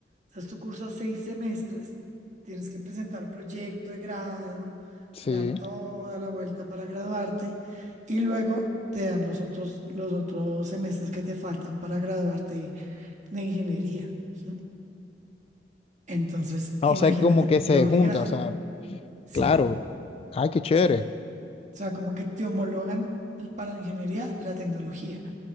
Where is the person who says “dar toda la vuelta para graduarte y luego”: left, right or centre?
Right